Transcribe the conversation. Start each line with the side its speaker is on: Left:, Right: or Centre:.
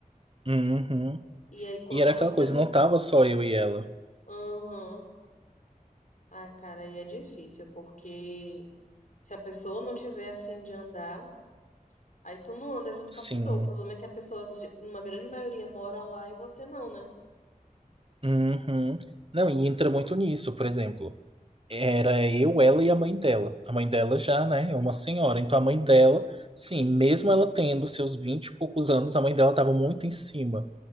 Right: Uhum.
Left: E aí quando
Right: E era aquela
Left: você
Right: coisa,
Left: não.
Right: não tava só eu e ela.
Left: Uhum. Ai, cara, aí é difícil, porque se a pessoa não tiver a fim de andar. Aí tu não anda junto
Right: Sim.
Left: com a pessoa. O problema é que a pessoa, numa grande maioria, mora lá e você não, né?
Right: Uhum. Não, e entra muito nisso, por exemplo. Era eu, ela e a mãe dela. A mãe dela já, né, é uma senhora. Então a mãe dela, sim, mesmo ela tendo seus 20 e poucos anos, a mãe dela tava muito em cima,